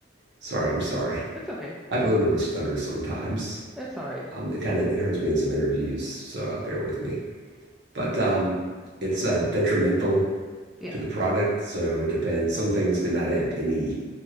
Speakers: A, on the right; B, in the centre.
A: Sorry, I'm sorry.
B: That's okay.
A: I have a little bit of a stutter sometimes.
B: That's all right.
A: Um, it kind of it hurts me in some interviews, so uh, bear with me. But um, it's uh, detrimental
B: Yeah.
A: to the product, so it depends. Some things could not have any